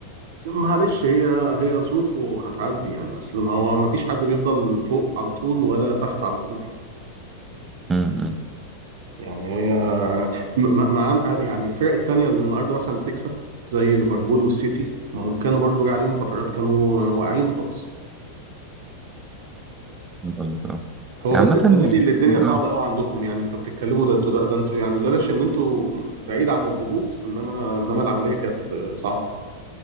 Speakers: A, on the right (about 55°); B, on the right (about 15°).
A: معلش هي هي ظروفه هتعدي يعني أصل ما هو ما فيش حد بيفضل فوق على طول ولا تحت على طول
B: امم
A: يعني هي م- م- مع يعني الفرق التانية اللي النهاردة مثلا بتكسب زي ليفربول والسيتي ما هم كانوا برضو جه عليهم فترات كانوا واقعين خالص
B: فاهم قصدك اه
A: هو
B: يعني
A: بس
B: عامه
A: السنه دي اللي
B: يعني،
A: الدنيا صعبه
B: آه،
A: قوي عندكم يعني انتوا بتتكلموا ده انتوا ده, ده انتوا يعني لولاش ان انتوا بعيد عن الهبوط انما انما العمليه كانت صعبه